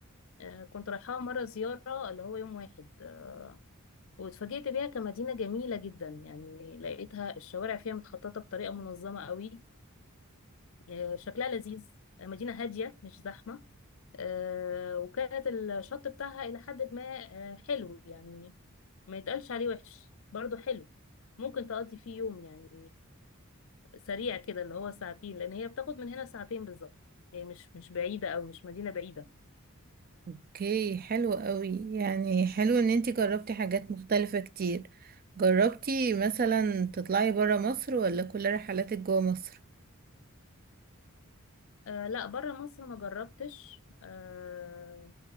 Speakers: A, on the left; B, on the right.
A: آه، كنت رايحاها مرة زيارة اللي هو يوم واحد آه، واتفاجئت بيها كمدينة جميلة جدا يعني لقيتها الشوارع فيها متخططة بطريقة منظمة قوي آه، شكلها لذيذ آه، مدينة هادية مش زحمة آه، وكانت الشط بتاعها إلى حد ما آه، حلو يعني ما يتقالش عليه وحش برضه حلو ممكن تقضي فيه يوم يعني سريع كده اللي هو ساعتين لان هي بتاخد من هنا ساعتين بالظبط هي مش مش بعيده او مش مدينه بعيده
B: اوكي حلو قوي يعني حلو ان انتي جربتي حاجات مختلفه كتير جربتي مثلا تطلعي برا مصر ولا كل رحلاتك جوا مصر
A: آه لا بره مصر ما جربتش آه